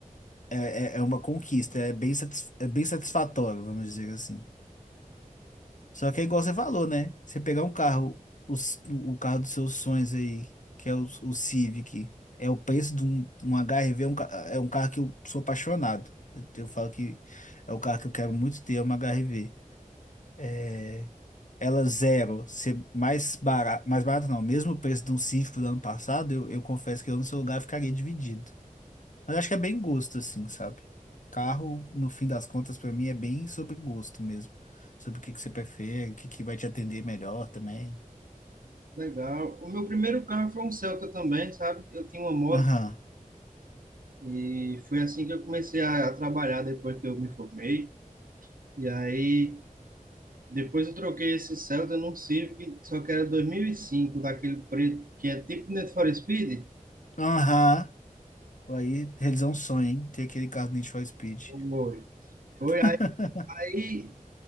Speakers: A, on the left; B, on the right.
A: É, é, é uma conquista, é bem, satis- é bem satisfatório, vamos dizer assim. Só que é igual você falou, né? Você pegar um carro, o, s- o carro dos seus sonhos aí, que é o, o Civic, é o preço de um, um HR-V, é um, ca- é um carro que eu sou apaixonado. Eu, eu falo que é o carro que eu quero muito ter, é uma HR-V. É, ela zero, ser mais barato, mais barato não, mesmo o preço de um Civic do ano passado, eu, eu confesso que eu no seu lugar ficaria dividido. Mas acho que é bem gosto, assim, sabe? Carro, no fim das contas, pra mim é bem sobre gosto mesmo. Sobre o que que você prefere, o que que vai te atender melhor também.
B: Legal. O meu primeiro carro foi um Celta também, sabe? Eu tinha uma moto
A: Aham.
B: e foi assim que eu comecei a, a trabalhar depois que eu me formei. E aí depois eu troquei esse Celta num Civic, só que era 2005, daquele preto que é tipo Need for Speed.
A: Aham. Aí realizar um sonho, hein? Ter aquele carro do Need for Speed.
B: Foi. Foi
A: <laughs>
B: aí,